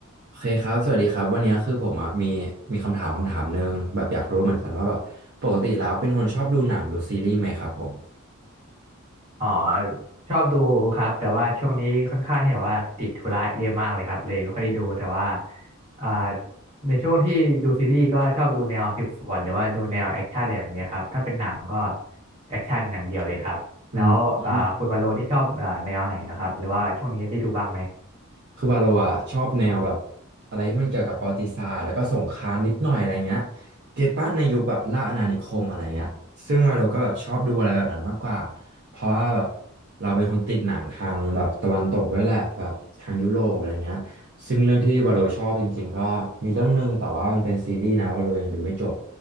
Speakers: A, on the right; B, on the right.
A: โอเคครับสวัสดีครับวันนี้คือผมอ่ะมีมีคำถามคำถามหนึ่งแบบอยากรู้เหมือนกันว่าแบบปกติแล้วเป็นคนชอบดูหนังดูซีรีส์ไหมครับผม
B: อ๋อชอบดูครับแต่ว่าช่วงนี้ค่อนข้างที่แบบว่าติดธุระเยอะมากเลยครับเลยไม่ค่อยได้ดูแต่ว่าอ่าในช่วงที่ดูซีรีส์ก็ชอบดูแนวสืบสวนหรือว่าดูแนวแอคชั่นอะไรแบบนี้ครับถ้าเป็นหนังก็แอคชั่นอย่างเดียวเลยครับแล้วอ่าคุณวาโลนี่ชอบอ่าแนวไหนนะครับหรือว่าช่วงนี้ได้ดูบ้างไหม
A: อืมอืมคือว่าเราอะชอบแนวแบบอะไรที่มันเกี่ยวกับประวัติศาสตร์แล้วก็สงครามนิดหน่อยอะไรเงี้ยเกตป้าในยุคแบบล่าอาณานิคมอะไรเงี้ยซึ่งว่าเราก็แบบชอบดูอะไรแบบนั้นมากกว่าเพราะว่าแบบเราเป็นคนติดหนังทางแบบตะวันตกด้วยแหละแบบทางยุโรปอะไรเงี้ยซึ่งเรื่องที่วาโลชอบจริงๆก็มีเรื่องหนึงแต่ว่ามันเป็นซีรีส์นะวาโลยังดูไม่จบ